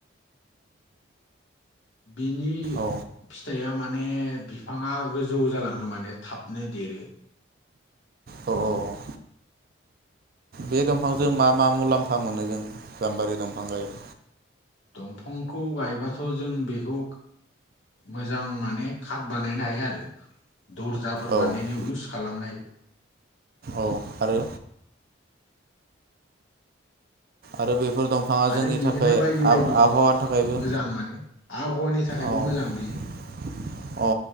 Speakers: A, on the left; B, on the right.
A: बिनि
B: औ
A: फिथाइया माने बिफाङा गोजौ जालाङो माने थाबनो देरो
B: औ औ औ बे दंफांजों मा मा मुलाम्फा मोनो जों गाम्बारि दंफां गायो
A: दंफांखौ गायबाथ' जों बेखौ मोजां माने खाथ बानायनो हायो आरो दर्जाफोर
B: औ
A: बानायनायाव <unintelligible> खालामनाय
B: औ आरो आरो बै बेफोर दंफाङा
A: आरो
B: जोंनि
A: बिदिनो
B: थाखाय
A: बायदि
B: आब-आबहावानि
A: बायदि
B: थाखायबो
A: मोजां माने आबहावानि थाखायबो
B: औ
A: मोजां बियो
B: औ